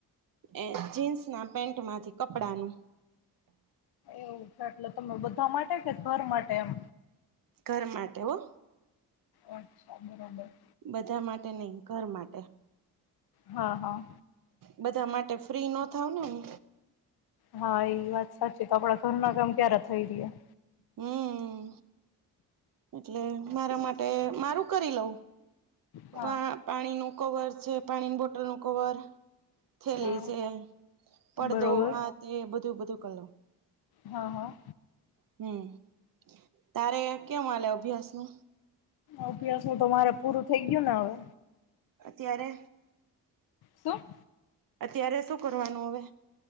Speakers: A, on the right; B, on the left.
A: એ જીન્સ ના પેન્ટ માંથી કપડાનું
B: એવું આટલ તમે બધા માટે કે ઘર માટે એમ.
A: ઘર માટે હો.
B: ઓન્ચ. તમ રાબ <unintelligible>
A: બધા માટે નહીં ઘર માટે.
B: હા હા.
A: બધા માટે ફ્રી નત થાઉ ને હુ.
B: હા એ વાત સાચી. તમારા ઘરના કામ ક્યારે થઈ રહ્યા.
A: હમ એટલે મારા માટે મારું કરી લઉં.
B: હા
A: પા પાણી નું કવર છે. પાણીની બોટલનુ કવર થેલી
B: હા
A: છે. પડદો
B: બરોબર
A: આ તે બધું બધું. કલ.
B: હા, હા.
A: હમ્મ તારે કેમ મળ અભ્યાસ નું.
B: અભ્યાસ નું તો મારે પૂરું થઈ ગયું ને હવે.
A: અત્યારે
B: શું.
A: અત્યારે શું કરવાનું હવે.